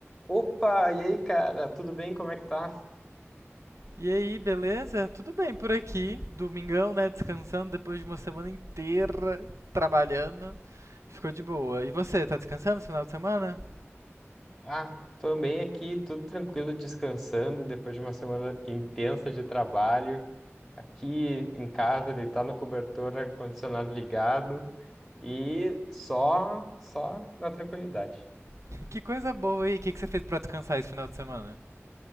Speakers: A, in the centre; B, on the right (about 85°).
A: Opa, e aí, cara? Tudo bem? Como é que tá?
B: E aí, beleza? Tudo bem por aqui. Domingão, né? Descansando depois de uma semana inteira trabalhando. Ficou de boa. E você, tá descansando esse final de semana?
A: Ah, tô bem aqui, tudo tranquilo, descansando depois de uma semana intensa de trabalho. Aqui em casa, deitado no cobertor, ar-condicionado ligado e só, só na tranquilidade.
B: <laughs> Que coisa boa aí. O que que você fez pra descansar esse final de semana?